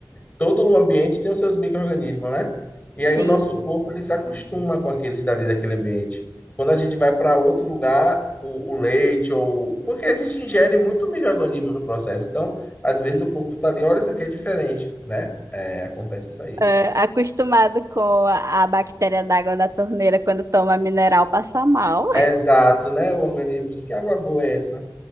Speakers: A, on the left; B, on the right.
A: todo o ambiente tem os seus micro-organismos, né? E
B: Sim.
A: aí o nosso corpo ele se acostuma com aqueles dali daquele ambiente. Quando a gente vai para outro lugar, o, o leite ou porque a gente ingere muito micro-organismo no processo. Então, às vezes o corpo tá ali, olha, isso aqui é diferente, né? É, acontece isso aí.
B: É, acostumado com a, a bactéria d'água da torneira quando toma mineral, passa mal.
A: É Exato, né? O organismo diz que água boa é essa.